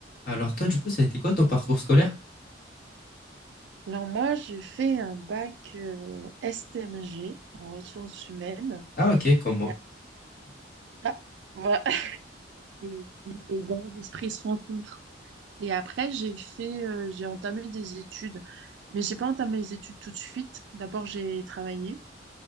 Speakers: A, on the left (about 50°); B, on the right (about 65°).
A: Alors toi, du coup, ça a été quoi ton parcours scolaire?
B: Alors moi, j'ai fait un bac euh, STMG en ressources humaines.
A: Ah ok, comme moi.
B: Et a- ah, voilà. <laughs> Les, les grands esprits se rencontrent. Et après, j'ai fait, euh, j'ai entamé des études, mais j'ai pas entamé les études tout de suite. D'abord, j'ai travaillé.